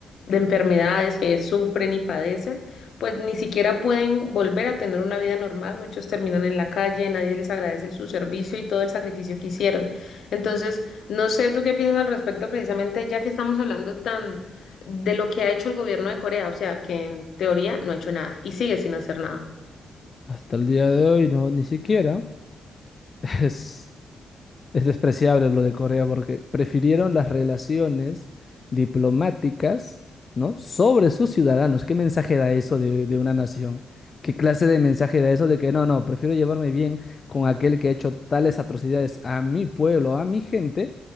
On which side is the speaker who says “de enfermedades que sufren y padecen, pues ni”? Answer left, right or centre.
Left